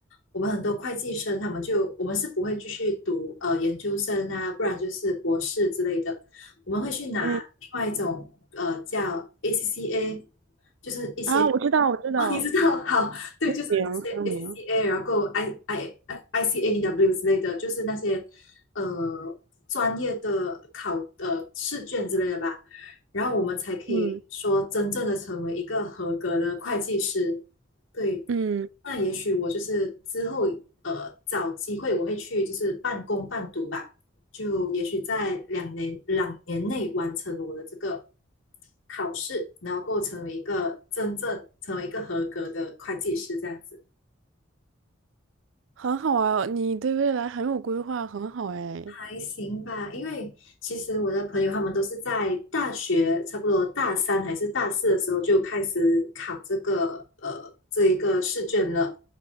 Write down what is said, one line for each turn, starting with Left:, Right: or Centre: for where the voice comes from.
Left: 我们很多会计生他们就我们是不会继续读呃研究生啊，不然就是博士之类的，我们会去拿另外一种呃叫
Right: 嗯。
Left: ACCA，就是一些
Right: 啊，我知道，
Left: <laughs>
Right: 我知道，
Left: 哦你知道好，对，就是这些
Right: 明说明，
Left: ACCA，然后 I I I C A W 之类的，就是那些呃专业的考呃试卷之类的吧，然后我们才可以说真正的成为一个合格的会计师。
Right: 嗯，
Left: 对，
Right: 嗯，
Left: 那也许我就是之后呃找机会我会去就是半工半读吧。就也许在两年两年内完成我的这个考试，然后够成为一个真正成为一个合格的会计师这样子。
Right: 很好啊，你对未来很有规划，很好哎。
Left: 还行吧，因为其实我的朋友他们都是在大学，差不多大三还是大四的时候就开始考这个呃这一个试卷了。